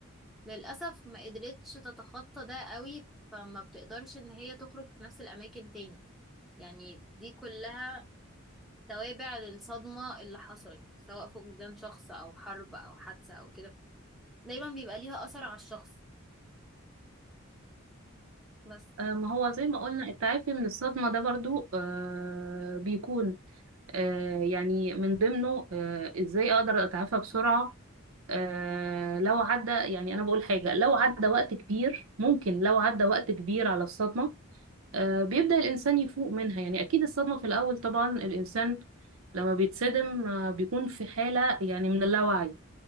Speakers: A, in the centre; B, on the right (about 80°).
A: للأسف ما قدرتش تتخطى ده قوي فما بتقدرش ان هي تخرج في نفس الأماكن تاني يعني دي كلها توابع للصدمة اللي حصلت سواء فقدان شخص أو حرب أو حادثة أو كده دايما بيبقى ليها أثر على الشخص بس
B: آه، ما هو زي ما قلنا التعافي من الصدمة ده برضو آه، بيكون آه، يعني من ضمنه آه، إزاي أقدر أتعافى بسرعة آه لو عدى يعني أنا بقول حاجة لو عدى وقت كبير ممكن لو عدى وقت كبير على الصدمة آه بيبدأ الإنسان يفوق منها يعني أكيد الصدمة في الأول طبعا الإنسان لما بيتصدم آه، بيكون في حالة يعني من اللاوعي